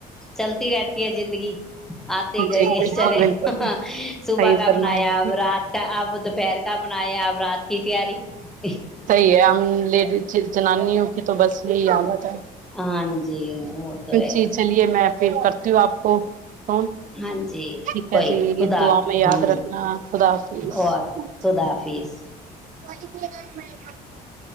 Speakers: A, in the centre; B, on the right.
A: چلتی رہتی ہے زندگی <unintelligible> آتے گئے
B: جی بالکل
A: چلے
B: بالکل صحیح
A: صبح کا
B: فرمایا
A: بنایا اب رات کا اب <unintelligible> پہیر کا بنایا اب رات کی تیاری <unintelligible>
B: صحیح ہے ہم لیڈیز <unintelligible> جنانیوں کی تو بس یہی عدت <unintelligible>
A: ہاں جی وہ تو ہے <unintelligible>
B: جی چلیے میں پھر کر <unintelligible> تی آپ کو کون
A: ہاں جی
B: ٹھیک
A: کوئی
B: ہے جی
A: خدا
B: یہ دعا
A: حافظ،
B: میں یاد
A: ہاں
B: رکھنا خدا حافظ
A: اور
B: <unintelligible>
A: خدا حافظ
B: و پ ل گ میں <unintelligible>